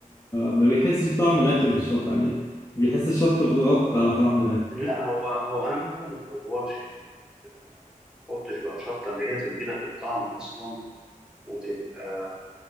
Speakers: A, on the left (about 20°); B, in the centre.
A: ما بيحسش بطعم الاكل بالشطه يعني بيحس الشطه بتغطي على طعم الاكل
B: لا هو هو أهم حاجة ما تقورش يعني ما تحطش بقى شطة اللي هي تدي لك الطعم أصلا وتبقى